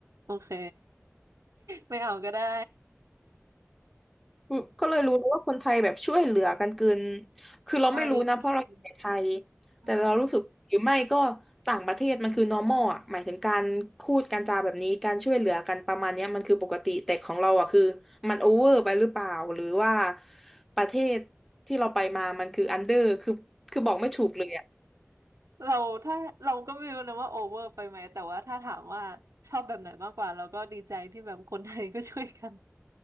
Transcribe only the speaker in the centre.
อืมก็เลยรู้เลยว่าคนไทยแบบช่วยเหลือกันเกินคือเราไม่รู้นะเพราะเราอยู่ในไทย
แต่เรารู้สึกหรือไม่ก็ต่างประเทศมันคือ normal อ่ะหมายถึงการพูดการจาแบบนี้การช่วยเหลือกันประมาณเนี้ยมันคือปกติแต่ของเราอ่ะคือมันโอเวอร์ไปหรือเปล่าหรือว่าประเทศที่เราไปมามันคืออันเดอร์คือคือบอกไม่ถูกเลยอ่ะ